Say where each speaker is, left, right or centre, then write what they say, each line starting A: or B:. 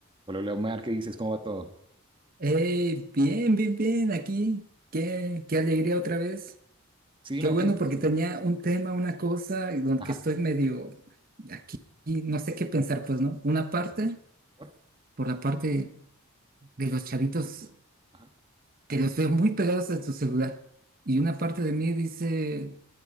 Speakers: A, on the right; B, on the right.
A: Hola, Leomar, ¿qué dices? ¿Cómo va todo?
B: Hey, bien, bien, bien, aquí. Qué, qué alegría otra vez.
A: Sí,
B: Qué
A: no,
B: bueno,
A: qué gusto.
B: porque tenía un tema, una cosa, y donde
A: Ajá.
B: que estoy medio aquí, y no sé qué pensar, pues, ¿no? Una parte,
A: ajá, ¿Por?
B: por la parte de los chavitos,
A: Ajá.
B: que los veo muy pegados a su celular. Y una parte de mí dice,